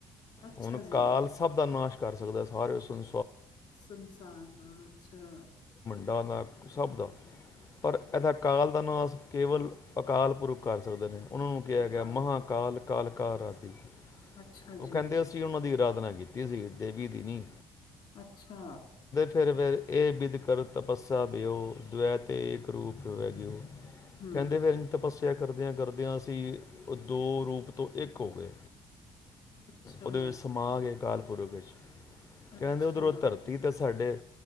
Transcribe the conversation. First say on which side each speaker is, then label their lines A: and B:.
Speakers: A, on the left; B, on the left.
A: ਅੱਛਾ
B: ਹੁਣ
A: ਜੀ।
B: ਕਾਲ ਸਬ ਦਾ ਨਾਸ਼ ਕਰ ਸਕਦਾ ਸਾਰੇ ਸੰ
A: ਸੰਸਾਰ ਦਾ ਅੱਛਾ।
B: ਡਾਂ ਦਾ ਸਭ ਦਾ ਪਰ ਇਹਦਾ ਕਾਗ ਤੁਹਾਨੂੰ ਅਸ ਕੇਵਲ ਅਕਾਲ ਪੁਰਖ ਕਰ ਸਕਦੇ ਨੇ। ਉਹਨਾਂ ਨੂੰ ਕਿਹਾ
A: ਅਕਾਲ
B: ਗਿਆ ਮਹਾਂਕਾਲ ਕਾਲਕਾਰਤ ਅਤੇ
A: ਅੱਛਾ ਜੀ,
B: ਉਹ ਕਹਿੰਦੇ ਅਸੀਂ ਉਹਨਾਂ ਦੀ ਰਾਹ ਪ੍ਰਰਾਧਨਾ ਕੀਤੀ ਸੀ ਦੇਵੀ ਦੀ ਨੀ
A: ਅੱਛਾ,
B: ਫਿਰ ਫਿਰ ਇਹ ਬਿੱਦ ਕਰ ਤਪੱਸਿਆ ਵਿਓ ਦਵੈ ਤੇ ਏ ਰੂਪ ਵੈਗਿਓ
A: ਹੂੰ,
B: ਕਹਿੰਦੇ ਵੀ ਤਪੱਸ ਕਰਦਿਆਂ ਕਰਦਿਆਂ ਅਸੀਂ ਉਹ ਦੋ ਰੂਪ ਤੋਂ ਇੱਕ ਹੋ ਗਏ।
A: ਅੱਛਾ,
B: ਉਹਦੇ ਵਿੱਚ ਸਮਾਗ ਹੈ। ਕਾਲਪੁਰਕ ਵਿੱਚ
A: ਅੱਛਾ
B: ਕਹਿੰਦੇ ਉਧਰੋਂ ਧਰਤੀ ਤੇ ਸਾਡੇ